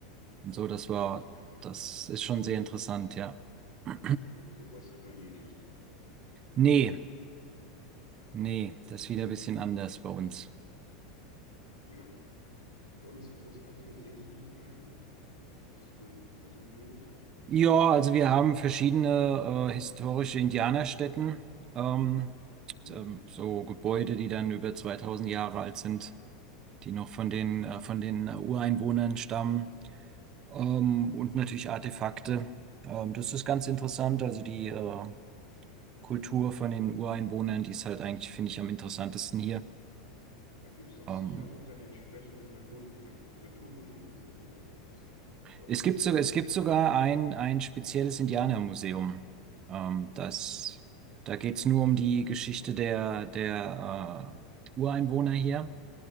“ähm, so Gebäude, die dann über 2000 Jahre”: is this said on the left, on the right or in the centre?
Right